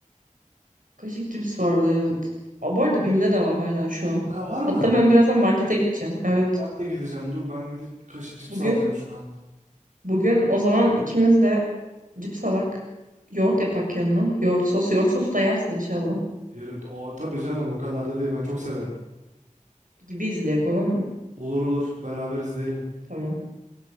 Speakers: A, on the right; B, on the right.
A: Kaşık cips vardı evet. Aa, bu arada Bim'de de var hala şu an.
B: Hala var
A: Hatta
B: mı?
A: ben birazdan markete gideceğim. Evet.
B: Ben de gideceğim. Dur ben gidip kaşık cips
A: Bugün
B: alacağım şu an.
A: bugün o zaman ikimiz de cips alak. Yoğurt yapak yanına. Yoğurt sos. Yoğurt sos da yersin inşallah.
B: Yerim. O, tabii canım o kadar da değil. Ben çok severim.
A: Gibi izleyek olur mu?
B: Olur olur. Beraber izleyelim.
A: Tamam.